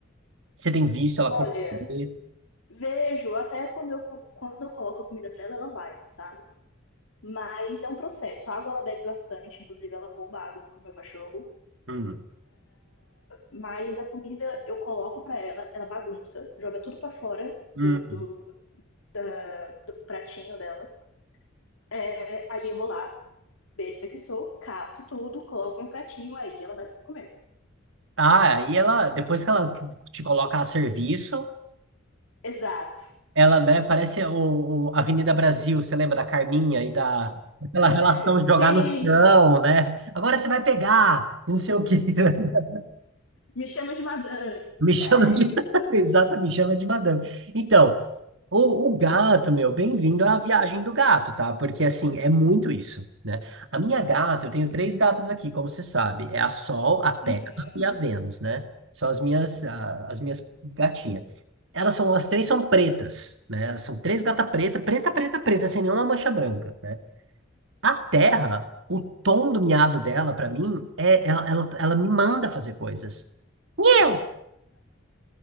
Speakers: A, on the right (about 65°); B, on the left (about 75°).
A: Você tem visto ela
B: Olha,
A: comer?
B: vejo, até quando eu, quando eu coloco a comida pra ela, ela vai, sabe? Mas é um processo. A água ela bebe bastante, inclusive ela rouba a água do meu cachorro.
A: Hum.
B: Mas a comida eu coloco pra ela, ela bagunça, joga tudo pra fora
A: Hum.
B: do, do, da- do pratinho dela. É, aí eu vou lá, besta que sou, cato tudo, coloco no pratinho, aí ela vai comer.
A: Ah, aí ela, depois que ela te coloca a serviço.
B: Exato.
A: Ela, né, parece o, o Avenida Brasil, você lembra da Carminha e da aquela relação
B: <laughs> Sim!
A: de jogar no chão, né? Agora você vai pegar, e não sei o quê. <laughs>
B: Me chama de madame.
A: Me chama
B: É
A: de.
B: isso.
A: <laughs> Exata, me chama de madame. Então, o, o gato, meu, bem-vindo à viagem do gato, tá? Porque assim, é muito isso, né? A minha gata, eu tenho três gatas aqui, como você sabe. É a Sol, a Terra
B: Uhum.
A: e a Vênus, né? São as minhas, ah, as minhas gatinhas. Elas são, as três são pretas, né? Elas São três gata preta, preta, preta, preta, sem nenhuma mancha branca, né? A Terra, o tom do miado dela, pra mim, é ela, ela, ela me manda fazer coisas. Eu.